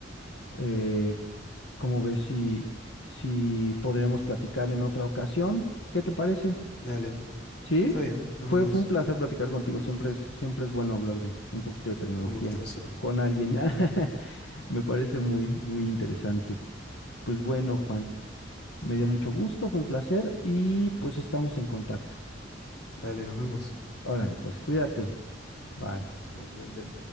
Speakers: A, on the left; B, on the left.
A: Eh, ¿cómo ves si, si podremos platicar en otra ocasión? ¿Qué te parece?
B: Dale,
A: ¿Sí?
B: está bien, nos
A: Fue,
B: vemos.
A: fue un placer platicar contigo. Siempre es, siempre es bueno hablar de un poquito de tecnología
B: Un gustazo.
A: con alguien. <laughs> Me parece muy, muy interesante. Pues bueno, Juan, me dio mucho gusto, fue un placer y pues estamos en contacto.
B: Dale, nos vemos.
A: Órale, pues cuídate. Bye.
B: Igualmente.